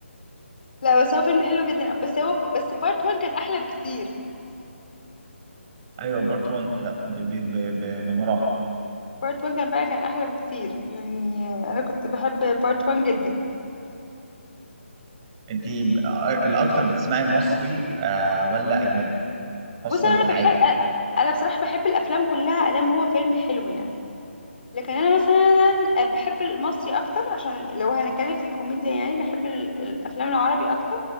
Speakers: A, on the left; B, on the right.
A: <laughs> لا بس هو فيلم حلو جدا بس هو بس بارت 1 كان احلى بكتير
B: ايوه بارت 1 ب- ب- ب- ب- بمراحل
A: بارت 1 كان فعلا كان احلى بكتير يعني انا كنت بحب بارت 1 جدا
B: انت الاكتر بتسمعي مصري آه ولا اجنبي اصلا
A: بص انا
B: في العادي
A: بحب انا بصراحه بحب الافلام كلها ادام هو فيلم حلو يعني لكن انا مثلا بحب المصري اكتر عشان لو هنتكلم في الكوميديا يعني بحب ال- الافلام العربي اكتر